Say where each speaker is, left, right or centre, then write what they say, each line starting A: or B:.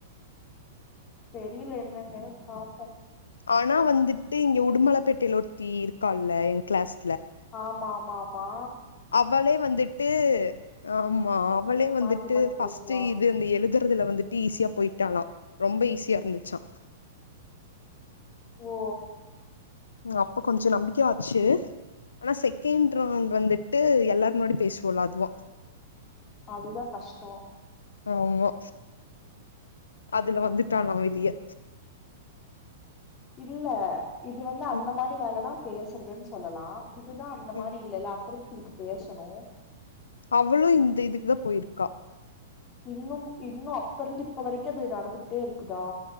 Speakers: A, on the left; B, on the left.
A: தெரில என்னனு பாப்போ
B: ஆனா வந்துட்டு இங்க உடுமலைப்பேட்டைல ஒருத்தி இருக்கால என் கிளாஸ்
A: ஆமாம் மாமா
B: அவளே வந்துட்டு அ மா அவளே வந்துட்டு
A: மாத்தி மாத்தி
B: ஃபஸ்ட்
A: பேசுவா
B: டு இது அந்த எழுதுறதுல வந்துட்டு ஈஸியா போயிட்டாலா ரொம்ப ஈஸியா இருந்துச்சா
A: ஓ
B: அப்ப கொஞ்சம் நம்பிக்கையா ஆச்சு ஆனா செகண்ட் ரவுண்ட் வந்துட்டு எல்லாரு முன்னாடி பேசுவோல அதுவாம்
A: அதுதா கஷ்டோ
B: ஆம்மா அதுல வந்துட்டானா வெளியே
A: இல்ல இது வந்து அந்த
B: ம்
A: மாரி வேலன்னா பேசுறதுனு சொல்லலா இதுதா அந்த
B: ம்
A: மாரி இல்லல்ல அப்டி இதுக்கு பேசணோ
B: அவளு இந்த இதுக்குதா போயிருக்கா
A: இன்னும் இன்னோ அப்ப இருந்து இப்ப வரைக்கோ அது நடந்துகிட்டே இருக்குதா